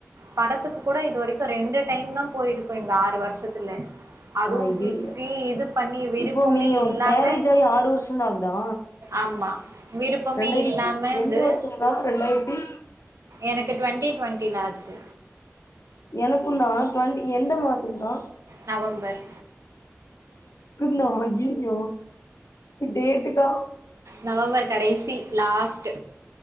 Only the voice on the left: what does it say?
ஐயையோ
இப்போ நீங்க
மேரேஜ் ஆகி ஆறு வருஷந்தா ஆகுதா
ரெண்டாயிரத்தி
எந்த
வருஷங்கா ரெண்டாயிரத்தி
எனக்குந்தா டவெண்டி எந்த மாசோன்கா
நா ஐய்யையோ டேட்டுக்கா